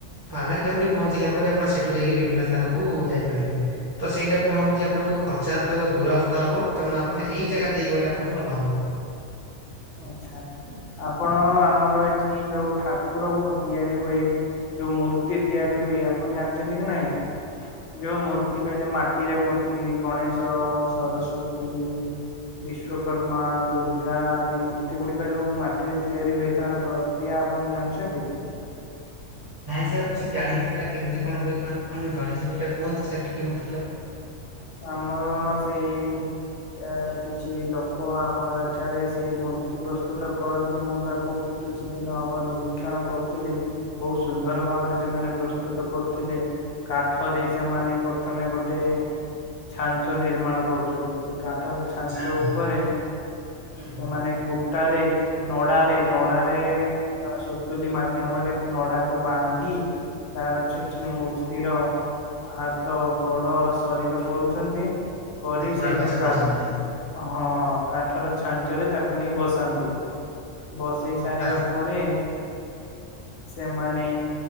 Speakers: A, on the right; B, on the left.
A: ପାଳା ଖେମୁୁଡି ପହଞ୍ଚିଲା ପରେ ଆପଣ ସେଠୁ ଯାଇକି ବିଭିନ୍ନ ସ୍ଥାନକୁ ଯାଇପାରିବେ। ତ ସେଇଟା ମୁଁ ଭାବୁଛି ଆପଣଙ୍କୁ ଖର୍ଚ୍ଚାନ୍ତ ହବ ଦୂରାସ୍ତା ହବ ତେଣୁ ଆପଣ ଏଇ ଜାଗା ଦେଇଗଲେ ଆପଣଙ୍କୁ ଭଲ ହବ।
B: ଆଛା ଆପଣ ଆମର ଏଠି ଯୋଉ ଠାକୁର ମୁ ତିଆରି ହୁଏ। ଯୋଉ ମୂର୍ତ୍ତି ତିଆରି ହୁଏ ଆପଣ ଜାଣିଚନ୍ତି କି ନାଇଁ। ଯୋଉ ମୂର୍ତ୍ତି କହିଲେ ମାଟିରେ ମୂର୍ତ୍ତି ଗଣେଶ ସରସ୍ଵତୀ ବିଶ୍ଵକର୍ମା ଦୁର୍ଗା ଏ ମୂର୍ତ୍ତି ଗୁଡିକ ଯୋଉ ମାଟିରେ ତିଆରି ହୁଏ ତାର ପ୍ରକ୍ରିୟା ଆପଣ ଜାଣିଛନ୍ତି।
A: ନାଇଁ ସାର୍ ମୁଁ ସେ ଜାଣିନି ସେଟା କେମିତି କଣ ହୁଏ କଣ ଜଣିିଛନ୍ତିଟା କୁହନ୍ତୁ ସାର୍ ଟିକେ ମତେ ତ।
B: ଆମର ସେଇ ଏ କିଛି ଲୋକ ଆମର ଏଠାରେ ସେଇ ମୂର୍ତ୍ତି ପ୍ରସ୍ତୁତ କରନ୍ତି ମୁଁ ତାକୁ କିଛି ଦିନ ହବ ନିରୀକ୍ଷଣ କରୁଥିଲି। ବୋହୁ ସୁନ୍ଦର ଭାବରେ ସେମାନେ ପ୍ରସ୍ତୁତ କରୁଥିଲେ। କାଠରେ ସେମାନେ ପ୍ରଥମେ ଗୋଟେ ଛାଞ୍ଚ ନିର୍ମାଣ କରୁଚନ୍ତି ସେ କାଠର
A: ଆଜ୍ଞା
B: ଛାଞ୍ଚ
A: ଆଜ୍ଞା
B: ଉପରେ
A: ହୁଁ
B: ସେମାନେ
A: ହୁଁ
B: କୁଟାରେ ନଡାରେ ନଡାରେ ସୁତୁଲି ମାଧ୍ୟମରେ ନଡାକୁ ବାନ୍ଧି ତାର ଠିକ୍
A: ଆଜ୍ଞା
B: ଠିକ୍
A: ସାର୍
B: ମୂର୍ତ୍ତିର ହାତ ଗୋଡ ଶରୀର କରୁଚନ୍ତି। କରି
A: ସାର୍ ନିର୍ମାଣ
B: ସେ
A: କାର୍ଯ୍ୟ
B: ଯୋଉ
A: କରୁଛନ୍ତି
B: କା
A: ନାଇଁ
B: ହଁ କାଠର ଛାଞ୍ଚରେ ତାକୁ ନେଇ ବସାନ୍ତି। ବସେଇ ସାରିବା
A: ଆଚ୍ଛା।
B: ପରେ ସେମାନେ